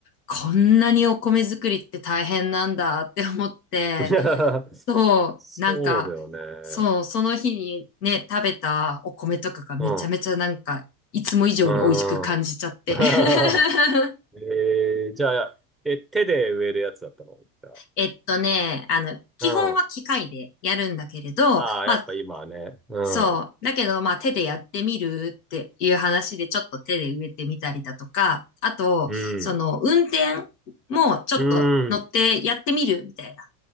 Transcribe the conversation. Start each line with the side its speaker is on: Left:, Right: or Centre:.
Left: こんなにお米作りって大変なんだって思って、
Centre: <laughs>
Left: そう、
Centre: そうだよね。
Left: なんか、そう、その日にね、食べたお米とかがめちゃめちゃなんか、
Centre: うん。
Left: いつも以上に美味しく感じちゃって。
Centre: うん。<laughs>
Left: <laughs>
Centre: ええー、じゃあ、え、手で植えるやつだったのじゃあ
Left: えっとね、あの、基本は機械でやるんだけれど、
Centre: うん。ああ、
Left: まあ、
Centre: やっぱ今はね。うん。
Left: そう。だけど、まあ、手でやってみるっていう話で、ちょっと手で植えてみたりだとか、あと、
Centre: うん。
Left: その、運転もちょっと乗ってやってみるみたいな
Centre: うん。